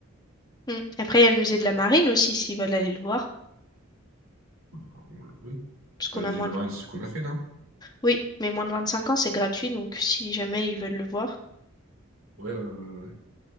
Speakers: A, on the left; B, on the right.
A: hmm. Après, il y a le musée de la Marine aussi, s'ils veulent aller le voir.
B: On l'a- Oui.
A: Parce qu'on
B: Bah, le
A: a
B: musée
A: moins
B: de la
A: de...
B: Marine, c'est ce qu'on a fait, non?
A: Oui, mais moins de 25 ans, c'est gratuit, donc si jamais ils veulent le voir.
B: Ouais, ouais, ouais. ouais.